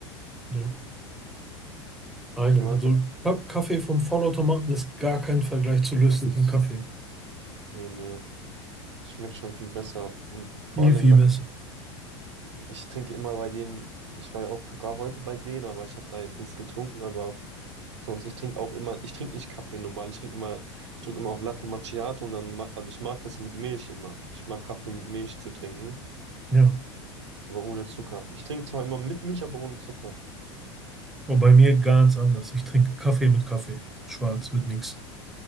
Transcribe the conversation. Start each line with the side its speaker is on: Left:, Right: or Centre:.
Centre: Ja. Einen.
Right: Ich mag
Centre: Also
Right: das.
Centre: Ka- Kaffee vom Vollautomaten ist gar kein Vergleich zu löslichem Kaffee.
Right: Nö, nö. Schmeckt schon viel besser. Und vor
Centre: Viel,
Right: allem,
Centre: viel
Right: da
Centre: besser.
Right: kann ich trinke immer bei denen, ich war ja auch gar heute bei denen, aber ich habe da jetzt nichts getrunken, aber sonst, ich trinke auch immer, ich trinke nicht Kaffee normal, ich trinke immer, ich drücke immer auf Latte Macchiato und dann, ma- also ich mag das mit Milch immer. Ich mag Kaffee mit Milch zu trinken.
Centre: Ja.
Right: aber ohne Zucker. Ich trinke zwar immer mit Milch, aber ohne Zucker.
Centre: Aber bei mir ganz anders. Ich trinke Kaffee mit Kaffee. Schwarz mit nix.